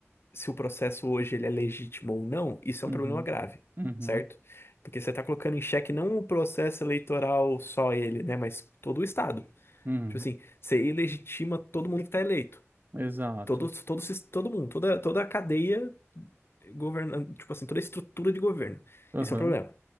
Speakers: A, on the left (about 55°); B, on the right (about 45°).
A: se o processo hoje ele é legítimo ou não, isso é
B: uhum,
A: um problema grave,
B: uhum,
A: certo? Porque você está colocando em xeque não o processo eleitoral só ele, né, mas todo o Estado.
B: uhum.
A: Tipo assim, você ilegitima todo mundo que está eleito.
B: Exato.
A: Todo, todo, sis- todo mundo, toda, toda a cadeia governando, tipo assim, toda a estrutura de governo.
B: Aham.
A: Isso é um problema.